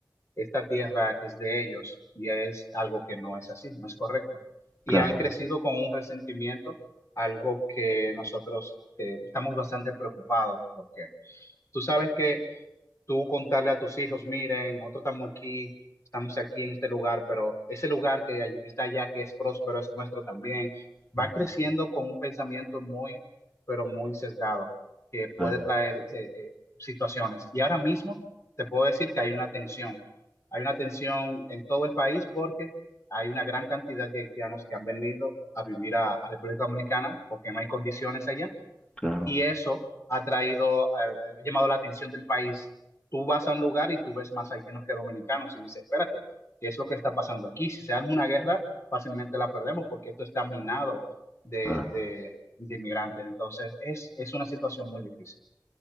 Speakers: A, on the left; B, on the left.
A: esta tierra es de ellos y es algo que no es así, no es correcto. Y
B: claro,
A: han crecido con un resentimiento, algo que nosotros eh, estamos bastante preocupados porque tú sabes que tú contarle a tus hijos, miren, nosotros estamos aquí, estamos aquí en este lugar, pero ese lugar que hay- está allá, que es próspero, es nuestro también, van
B: Ujú.
A: creciendo con un pensamiento muy, pero muy sesgado, que puede
B: claro,
A: traer eh, eh, situaciones. Y ahora mismo te puedo decir que hay una tensión, hay una tensión en todo el país porque hay una gran cantidad de haitianos que han venido a vivir a, a República Dominicana porque no hay condiciones allá
B: claro.
A: y eso ha traído, ha, llamado la atención del país. Tú vas a un lugar y tú ves más haitianos que dominicanos y dices, espérate, ¿qué es lo que está pasando aquí? Si se arma una guerra, fácilmente la perdemos porque esto está minado de,
B: claro.
A: de, de inmigrantes. Entonces, es, es una situación muy difícil.